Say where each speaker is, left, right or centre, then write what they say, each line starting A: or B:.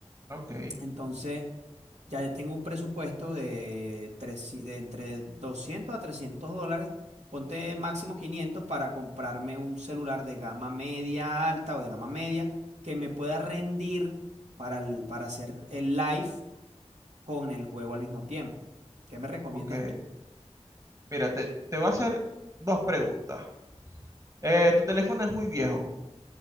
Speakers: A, on the right; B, on the right.
A: Ok,
B: Entonces, ya yo tengo un presupuesto de, tres, de entre 200 a 300 dólares, ponte máximo 500 para comprarme un celular de gama media alta o de gama media que me pueda rendir para, el- para hacer el live con el juego al mismo tiempo. ¿Qué me recomiendas
A: ok.
B: tú?
A: Mira, te, te voy a hacer dos preguntas. Eh, tu teléfono es muy viejo.